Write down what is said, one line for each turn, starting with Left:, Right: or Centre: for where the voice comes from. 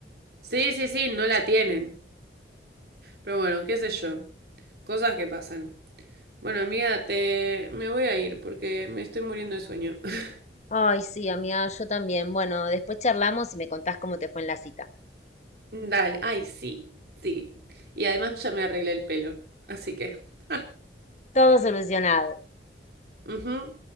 Right: Sí, sí, sí, no la tienen. Pero bueno, qué sé yo. Cosas que pasan. Bueno, amiga, te... me voy a ir porque me estoy muriendo de sueño. <laughs>
Left: Ay, sí, amiga, yo también. Bueno, después charlamos y me contás cómo te fue en la cita.
Right: Dale, ay, sí, sí. Y además ya me arreglé el pelo, así que... ah,
Left: Todo solucionado.
Right: ujú.